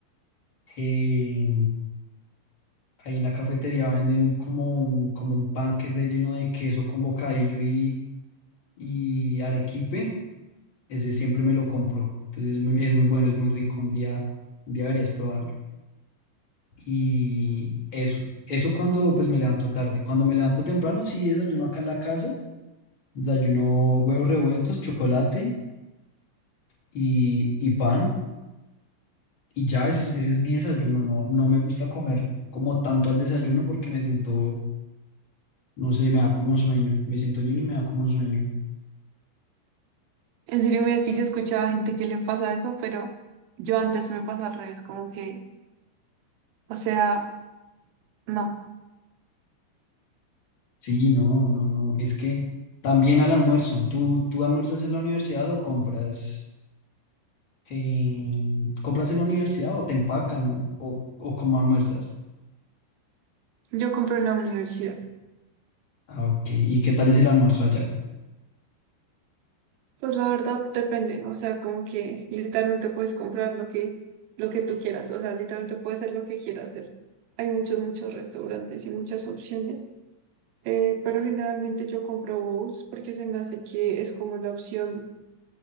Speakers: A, on the left (about 45°); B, on the right (about 80°).
A: eh, ahí en la cafetería venden como un, como un pan que es relleno de queso con bocadillo y, y arequipe. Ese siempre me lo compro. Entonces es muy, es muy bueno, es muy rico. Un día, un día deberías probarlo. Y eso, eso cuando pues me levanto tarde. Cuando me levanto temprano, sí desayuno acá en la casa. Desayuno huevos revueltos, chocolate y, y pan. Y ya ese, es- ese es mi desayuno. No, no me gusta comer como tanto al desayuno porque me siento No sé, me da como sueño. Me siento yo y me da como sueño.
B: En serio, mira, aquí yo escuchaba a gente que le pasa eso, pero yo antes me pasa al revés, como que, o sea, no,
A: Sí, no, no, no. Es que también al almuerzo. ¿Tú, tú almuerzas en la universidad o compras, eh, compras en la universidad o te empacan o, o, o cómo almuerzas?
B: yo compro en la universidad.
A: Ah, ok. ¿Y qué tal es el almuerzo allá?
B: Pues la verdad depende, o sea, como que literalmente puedes comprar lo que, lo que tú quieras, o sea, literalmente puedes hacer lo que quieras hacer. Hay muchos, muchos restaurantes y muchas opciones. Eh, pero generalmente yo compro bowls porque se me hace que es como la opción